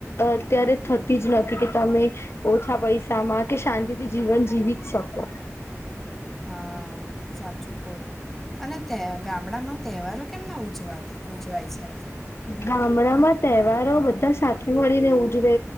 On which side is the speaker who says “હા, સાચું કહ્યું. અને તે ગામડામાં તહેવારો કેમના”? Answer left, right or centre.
Centre